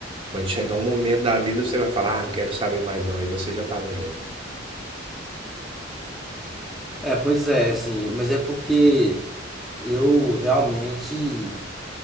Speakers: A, on the right (about 30°); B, in the centre.
A: Quando chegar um momento da vida, você vai falar: "Ah, não quero saber mais não". Aí você já tá velho.
B: É, pois é, assim, mas é porque eu realmente